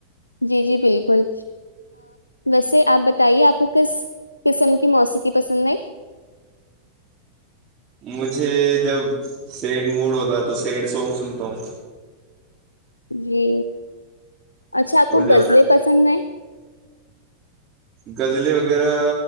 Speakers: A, on the left; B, on the right.
A: جی جی بالکل ویسے آپ بتائیے آپ کو کس قسم کی موسیقی پسند ہے
B: مجھے جب سیڈ موڈ ہوتا تو سیڈ سانگ سنتا ہوں <inaudible>
A: جی اچھا آپ کو
B: اور جب
A: غزلیں پسند ہیں
B: غزلیں وغیرہ